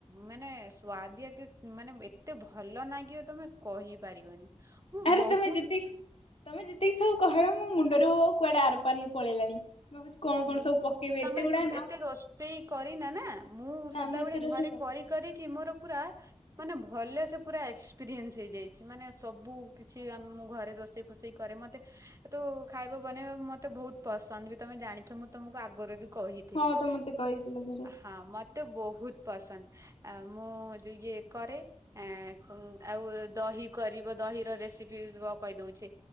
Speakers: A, on the right; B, on the left.
A: ମାନେ ସୁଆଦିଆ କି ମାନେ ଏତେ ଏତେ ଭଲ ନାଗିବ ତମେ କହିପାରିବନି ମୁଁ
B: ଆରେ
A: ବହୁତ।
B: ତମେ ଯେତିକି ତମେ ଯେତିକି ସବୁ କହିବ ମୋ ମୁଣ୍ଡରୁ କୁଆଡେ ଆରପାରିକି ପଳେଇଲାଣି। ମୁଁ ଭାବୁଛି କଣ
A: ହୁଁ
B: କଣ ସବୁ ପକେଇବି
A: ତମେ
B: ଏତେ ଗୁଡା ନା
A: ଏତେ ରୋଷେଇ କରିନା ନା ମୁଁ ସଦାବେଳେ
B: ନା ମୁଁ ଏତେ ରୋଷେଇ
A: ଘରେ
B: କରେ।
A: କରି। କରିକି ମୋର ପୁରା ମାନେ ଭଲ ସେ ପୁରା ଏକ୍ସପ୍ରିଏନ୍ସ ହେଇଯାଇଛି ମାନେ ସବୁ। କିଛି ଆମ ମୁଁ ଘରେ ରୋଷେଇ ଫୋଷେଇ କରେ ମତେ। କିନ୍ତୁ ଖାଇବା ବନେଇବା ମତେ ବହୁତ ପସନ୍ଦ ବି ତମେ ଜାଣିଛ ମୁଁ ତମକୁ ଆଗରୁ ବି। କହିଥିଲି
B: ହଁ ତ ମତେ କହିଥିଲ ଥରେ
A: ହଁ ମତେ ବହୁତ ପସନ୍ଦ। ଆ ମୁଁ ଯେ ଇଏ କରେ। ଆଁ ଆଉ ଦହି କରିବ ଦହିର ରେସିପି ରୁହ କହିଦଉଛି।